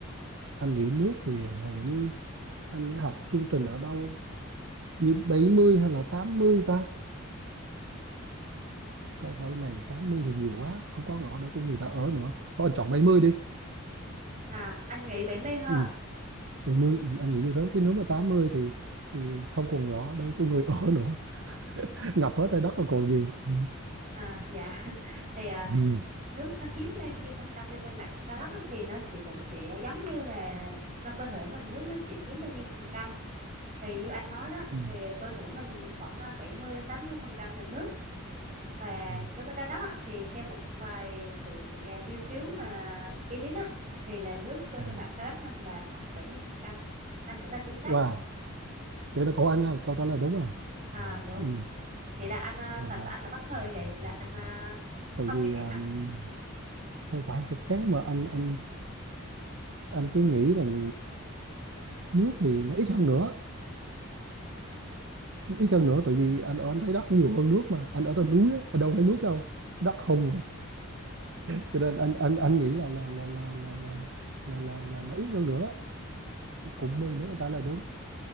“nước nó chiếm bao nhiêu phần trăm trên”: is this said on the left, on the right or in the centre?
Right